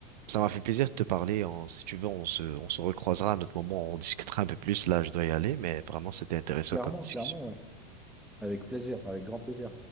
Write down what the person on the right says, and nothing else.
ça m'a fait plaisir de te parler. On- si tu veux, on se on se recroisera à notre moment, on discutera un peu plus. Là, je dois y aller, mais vraiment c'était intéressant
comme discussion.